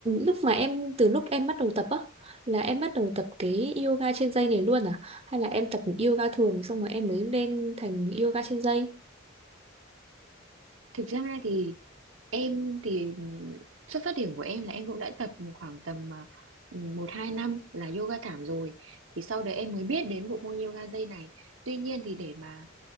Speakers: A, on the right; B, on the right.
A: lúc mà em từ lúc em bắt đầu tập á là em bắt đầu tập cái yoga trên dây này luôn à hay là em tập yoga thường xong rồi em mới lên thành yoga trên dây
B: Thực ra thì em thì ừm, xuất phát điểm của em là em cũng đã tập khoảng tầm à, một hai năm là yoga thảm rồi thì sau đấy em mới biết đến bộ môn yoga dây này tuy nhiên thì để mà